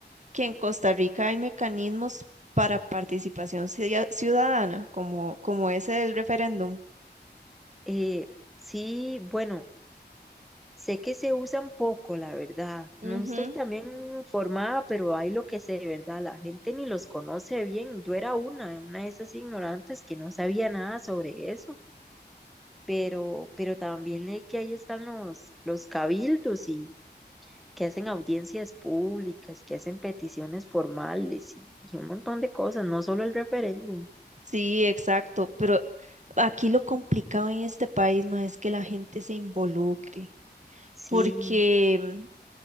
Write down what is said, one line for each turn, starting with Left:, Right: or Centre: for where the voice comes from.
Right: que en Costa Rica hay mecanismos para participación cia- ciudadana, como, como ese del referéndum?
Centre: Eh, sí, bueno, Sé que se usan poco, la verdad. No
Right: Ujú,
Centre: estoy también informada, pero hay lo que sé, ¿verdad? La gente ni los conoce bien. Yo era una, una de esas ignorantes que no sabía nada sobre eso. Pero, pero también leí que ahí están los, los cabildos y que hacen audiencias públicas, que hacen peticiones formales y, y un montón de cosas, no solo el referéndum.
Right: Sí, exacto, pero Aquí lo complicado en este país, ma, es que la gente se involucre,
Centre: Sí,
Right: porque mm,